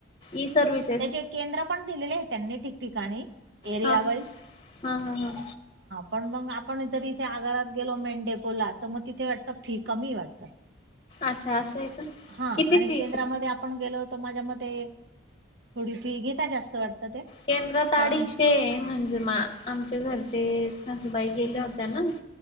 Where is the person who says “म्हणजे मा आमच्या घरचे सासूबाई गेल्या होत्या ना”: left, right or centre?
Left